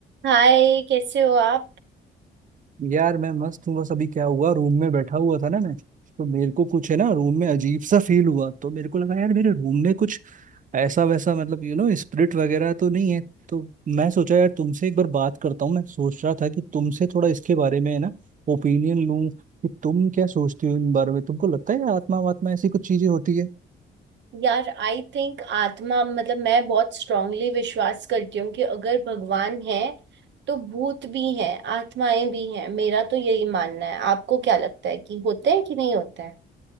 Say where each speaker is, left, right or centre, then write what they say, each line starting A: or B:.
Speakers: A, on the right (about 65°); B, on the right (about 40°).
A: हाय कैसे हो आप
B: यार मैं मस्त हूँ बस अभी क्या हुआ रूम में बैठा हुआ था ना मैं तो मेरे को कुछ है ना रूम में अजीब सा फील हुआ तो मेरे को लगा यार मेरे रूम में कुछ ऐसा वैसा मतलब यू नो स्पिरिट वगैरह तो नहीं है तो मैं सोचा यार तुमसे एक बार बात करता हूँ मैं सोच रहा था कि तुमसे थोड़ा इसके बारे में है ना ओपिनियन लूँ कि तुम क्या सोचती हो इन बारे में तुमको लगता है आत्मा वात्मा ऐसी कुछ चीजें होती है
A: यार आई थिंक आत्मा मतलब मैं बहुत स्ट्रांगली विश्वास करती हूँ कि अगर भगवान है तो भूत भी हैं आत्माएं भी हैं मेरा तो यही मानना है आपको क्या लगता है कि होते हैं कि नहीं होते